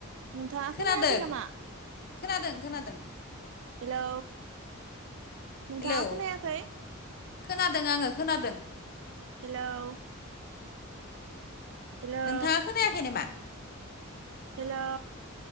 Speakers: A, on the right (about 60°); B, on the left (about 45°).
A: नोंथाङा
B: खोनादों
A: खोनायाखै नामा
B: खोनादों खोनादों
A: हेलौ नोंथाङा
B: हेलौ
A: खोनायाखै
B: खोनादों आङो खोनादों
A: हेलौ हेलौ
B: नोंथाङा खोनायाखै नामा
A: हेलौ